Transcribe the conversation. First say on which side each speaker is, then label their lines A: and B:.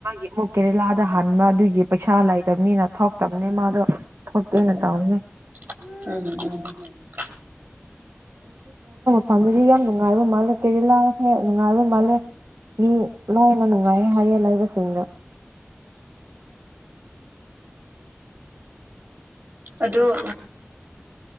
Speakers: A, on the right; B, on the right.
A: ꯦ ꯃꯨꯛꯦꯔꯤ ꯂ ꯗ ꯍꯟꯕ ꯑꯗꯨꯒꯤ ꯄꯩꯁꯥ ꯂꯩꯇꯕꯅꯤꯅ ꯊꯣꯛꯇꯕꯅꯤ ꯃꯥꯗꯣ
B: ꯎ
A: ꯊꯣꯛꯀꯦꯅ ꯇꯧꯕꯅꯦ
B: ꯎꯝ ꯎꯝ
A: ꯄꯥꯝꯃꯤꯗꯤ ꯌꯥꯝ ꯅꯨꯡꯉꯥꯏꯕ ꯃꯥꯜꯂꯦ ꯀꯦꯔꯦꯂꯥꯁꯦ ꯅꯨꯡꯉꯥꯏꯕ ꯃꯥꯜꯂꯦ ꯃꯤ ꯂꯣꯏꯅ ꯅꯨꯡꯉꯥꯏꯌꯦ ꯍꯥꯏꯌꯦ ꯂꯩꯕꯁꯤꯡꯅ
B: ꯑꯗꯨꯗ